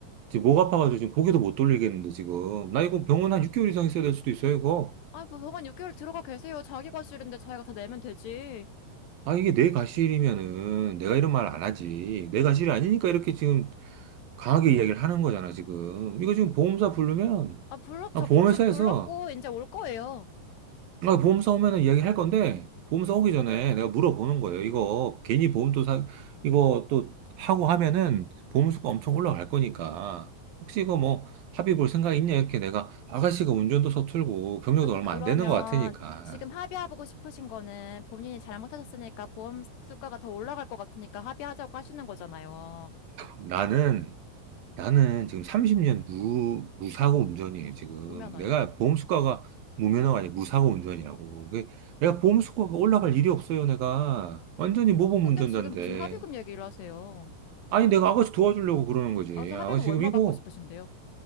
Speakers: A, on the right; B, on the left.
A: 지금 목 아파가지고 지금 고개도 못 돌리겠는데, 지금. 나 이거 병원 한 6개월 이상 있어야 될 수도 있어요, 이거.
B: 아, 뭐, 병원 6개월 들어가 계세요. 자기 과실인데 자기가 다 내면 되지.
A: 아, 이게 내 가실이면은 내가 이런 말 안 하지. 내 가실이 아니니까 이렇게 지금 강하게 이야기를 하는 거잖아, 지금. 이거 지금 보험사 부르면,
B: 아, 불렀
A: 아,
B: 저
A: 보험회사에서
B: 불, 지금 불렀고, 이제 올 거예요.
A: 아, 보험사 오면은 이야기할 건데, 보험사 오기 전에 내가 물어보는 거예요. 이거 괜히 보험도 사, 이거 또 하고 하면은 보험수가 엄청 올라갈 거니까. 혹시 이거 뭐 합의 볼 생각 있냐? 이렇게 내가 아가씨가 운전도 서툴고 경력도
B: 아니,
A: 얼마
B: 그러면,
A: 안 되는 것 같으니까.
B: 지금 합의하고 싶으신 거는 본인이 잘못하셨으니까 보험 수가가 더 올라갈 것 같으니까 합의하자고 하시는 거잖아요.
A: 나는, 나는 지금 30년 무, 무사고 운전이에요, 지금.
B: 무면허요?
A: 내가 보험수가가 무면허가 아니라 무사고 운전이라고. 그게 내가 보험수가가 올라갈 일이 없어요, 내가. 완전히 모범
B: 근데
A: 운전자인데.
B: 지금 무슨 합의금 얘기를 하세요.
A: 아니, 내가 아가씨 도와주려고 그러는 거지.
B: 아, 그래서 합의금
A: 아가씨
B: 얼마
A: 지금 이거,
B: 받고 싶으신데요?